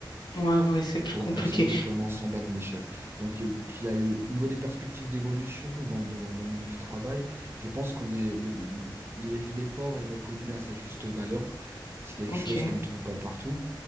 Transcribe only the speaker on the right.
pour
une personne qui commence en bas de l'échelle. Donc, euh, qu'il y a, au niveau des perspectives d'évolution dans, dans, dans le milieu du travail, je pense qu'on est, le- l'eff- l'effort est reconnu à sa juste valeur. C'est quelque
chose qu'on ne trouve pas partout.